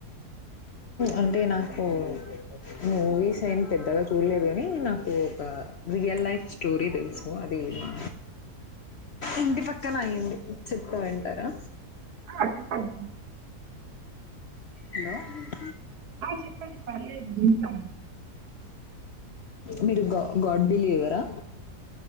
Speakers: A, on the left; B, on the right.
A: అంటే నాకు మూవీస్ ఏమి పెద్దగా చూడలేదు గాని నాకు ఒక రియల్ లైఫ్ స్టోరీ తెలుసు అది మా ఇంటి పక్కన అయ్యంది చెప్తా వింటారా
B: ఆ చె అది
A: హలో
B: ఆ చెప్పండి పర్లేదు వింటాను
A: మీరు గా గాడ్ బిలీవరా